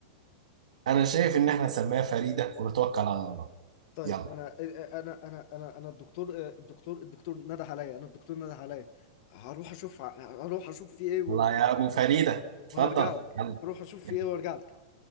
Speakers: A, on the right; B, on the left.
A: انا شايف ان احنا نسميها فريدة ونتوكل على الله
B: طيب
A: يلا
B: انا انا انا انا انا الدكتور الدكتور الدكتور نده عليا انا الدكتور نده عليا هروح اشوف هروح اشوف في ايه و...
A: يلا يا ابو فريدة اتفضل
B: وهرجع لك
A: يلا
B: هروح اشوف في
A: يلا
B: ايه وارجع لك